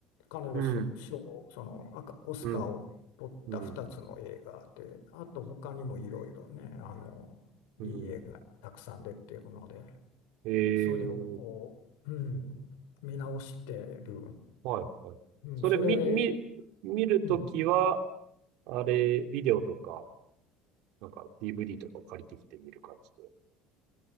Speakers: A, on the left; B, on the right.
A: 彼女が賞、
B: うん、
A: 賞そのアカ、オスカーを取った2つの映画で、
B: うん、うん、
A: あと他にもいろいろね、あの、
B: うん。
A: いい映画にたくさん出てるので、
B: ええ、
A: それをこう、うん、見直してる。
B: はいはい。
A: うん、
B: それ見、
A: それ、
B: 見、見るときは、
A: うん、
B: あれ、ビデオとかなんか DVD とか借りてきて見る感じで。